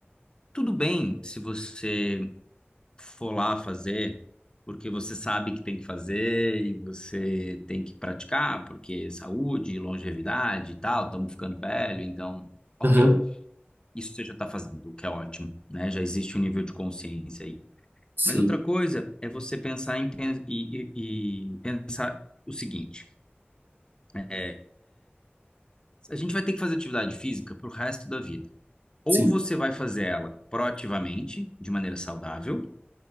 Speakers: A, on the left (about 20°); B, on the right (about 55°).
A: Tudo bem se você for lá fazer, porque você sabe que tem que fazer e você tem que praticar, porque é saúde, longevidade e tal, estamos ficando velho, então, ok.
B: Aham,
A: Isso você já está fazendo, o que é ótimo, né? Já existe um nível de consciência aí.
B: sim,
A: Mas outra coisa é você pensar em pen- e, e- e pensar o seguinte: é, a gente vai ter que fazer atividade física para o resto da vida. Ou
B: sim.
A: você vai fazer ela proativamente, de maneira saudável,